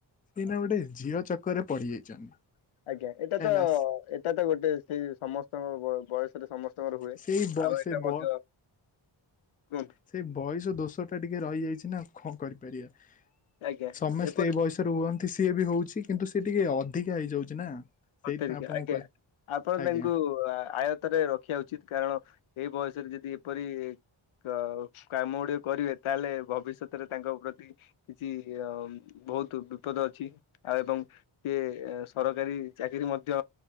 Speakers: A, on the left; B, on the left.
A: ଏଇନା ଗୋଟେ ଝିଅ ଚକର ରେ ପଡିଯାଇଛନ୍ତି।
B: ଆଜ୍ଞା ଏଇଟା
A: ହେଲା।
B: ତ ଏଇଟା ତ ଗୋଟେ ସିଏ ସମସ୍ତଙ୍କ ବ ବୟସ। ସେଇଟା ସମସ୍ତଙ୍କର ହୁଏ
A: ସେଇ ବ
B: ଆଉ
A: ସେ
B: ଏଇଟା
A: ବ
B: ମଧ୍ୟ। କୁହନ୍ତୁ
A: ସେଇ ବୟସ ଦୋଷ ଟା ଟିକେ ରହିଯାଇଛି ନା କଣ କରିପାରିବା
B: ଆଜ୍ଞା
A: ସମସ୍ତେ
B: ଏପରି
A: ଏଇ ବୟସରେ ହୁଅନ୍ତି ସିଏ ବି ହଉଛି କିନ୍ତୁ ସେ ଟିକେ ଅଧିକା ହେଇଯାଉଛି ନା। ସେଇଥିପାଇଁ
B: ଅତ୍ୟଧିକ
A: ଆପଣଙ୍କୁ
B: ଆଜ୍ଞା
A: କହେ
B: ଆପଣ
A: ଆଜ୍ଞା
B: ତାଙ୍କୁ ଆୟତରେ ର ରଖିବା ଉଚିତ କାରଣ ଏ ବୟସରେ ଯଦି ଏପରି ‌ କାଉ କାମ ଗୁଡିକ କରିବେ ତାହେଲେ ଭବିଷ୍ୟତରେ ତାଙ୍କ ପ୍ରତି। କିଛି ଇ ଅମ୍ ବହୁତ ବିପଦ ଅଛି ଆଉ ଏବଂ ସିଏ ସରକାରୀ। ଚାକିରି ମଧ୍ୟ